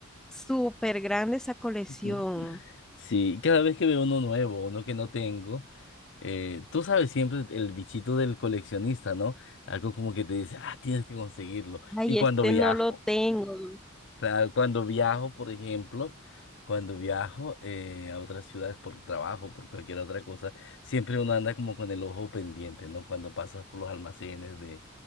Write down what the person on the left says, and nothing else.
<laughs> Sí, cada vez que veo uno nuevo, uno que no tengo, eh, tú sabes siempre el bichito del coleccionista, ¿no? Algo como que te dice, ah, tienes que conseguirlo.
Y cuando
viajo,
Claro, cuando viajo, por ejemplo, cuando viajo eh, a otras ciudades por trabajo, por cualquier otra cosa, siempre uno anda como con el ojo pendiente, ¿no? Cuando pasas por los almacenes de,